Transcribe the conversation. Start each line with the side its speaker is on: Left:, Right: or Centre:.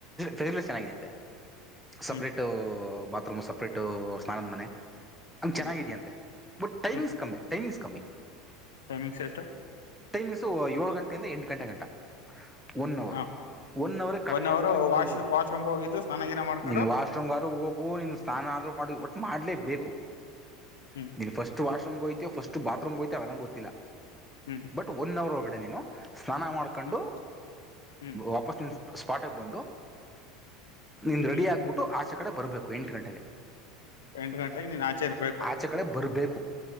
Centre: ಹಫಿಲಿಟ ಚನ್ನಾಗಿದೆಂತೆ. ಸಪ್ರೇಟ್
Left: ಹ್ಮ್
Centre: ಬಾತ್ರೂಮ್ ಸಪ್ರೇಟ್ ಸ್ನಾನದ ಮನೆ. ಹಂಗಗೆ
Left: ಹ್ಮ್
Centre: ಚೆನ್ನಿದೆಯ ಅಂತೆ ಬಟ್ ಟೈಮಿಂಗ್ಸ್
Left: ಹ್ಮ್
Centre: ಕಮ್ಮಿ ಟೈಮಿಂಗ್ಸ್ ಕಮ್ಮಿ.
Left: ಟೈಮಿಂಗ್ಸ್ ಎಷ್ಟು.
Centre: ಟೈಮಿಂಗ್ಸು ಏಳು ಗಂಟೆಯಿಂದ ಎಂಟು ಗಂಟೆ ಗಂಟ ಒನ್ ಅವರು.
Left: ಹ
Centre: ಒನ್ ಅವರ್ ಕಡಿಮೆ
Left: ಒನ್
Centre: ಆದ ಒಂದು
Left: ವಾಶ್ ವಾಶ್ರೂಮ್ ಹೋಗಿದ್ದು ಸ್ನಾನ ಗೀನ ಮಾಡ್ಕೊಂಡು
Centre: ನಿನ್ ವಾಶ್ರೂಮ್ಾರು ಹೋಗುವ ನಿ ಸ್ನಾನ. ್ರೂ ಮಾಡಿ ಒಟ್ಟು ಮಾಡಲೇಬೇಕು
Left: ಹ್ಮ್
Centre: ನೀ ಫಸ್ಟ್ ವಾಷ ಹೋಯ್ತ. ಫಸ್ಟ್ ಬಾತ್ರೂಮ್ ಹೋಗ್ತ ಅವದಂಗಗೆ ಗೊತ್ತಿಲ್ಲ
Left: ಹ್ಮ್
Centre: ಬಟ್ ಒನ್ ಅವರ್ ಒಳಗಡೆ ನೀನು. ಸ್ನಾನ ಮಾಡ್ಕೊಂಡು
Left: ಹ್ಮ್ ಹ್ಮ್
Centre: ವಾಪಸ್ ನಿಮ್ಮ ಸ್ಪಾಟಿಗೆ ಬಂದು. ನಿಂದ ರೆಡಿ
Left: ಹ್ಮ್
Centre: ಆಗ್ಬಿಟ್ಟು ಆಚೆ ಕಡೆ ಬರ್ಬೇಕು ಎಂಟು ಗಂಟೆಗೆ.
Left: ಎಂಟು ಗಂಟೆಗೆ ನೀನ್ ಆಚೆ ಇರ್ಬೇಕು
Centre: ಆಚೆ ಕಡೆ ಬರಬೇಕು